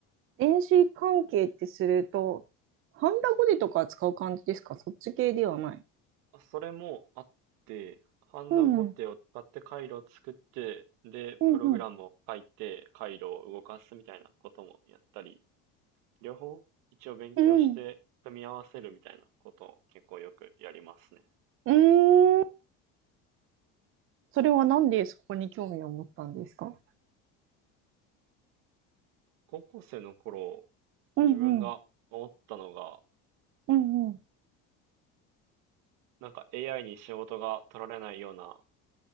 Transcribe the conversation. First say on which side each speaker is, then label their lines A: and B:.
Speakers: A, on the right; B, on the right.
A: 電子関係ってすると、ハンダゴテとか使う感じですかそっち系ではない。
B: あそれもあって、ハンナゴテを使って回路を作って、
A: うん、うん、
B: で、
A: うん、
B: プログラムを書いて、回路を動かすみたいなこともやったり、両方一応勉強して組み合わせるみたいなことを結構よくやりますね。
A: うん、うーん。それはなんでそこに興味を持ったんですか
B: 高校生の頃、
A: うん、
B: 自分が思ったのが、
A: うん、うん、うん。
B: なんか AI に仕事が取られないような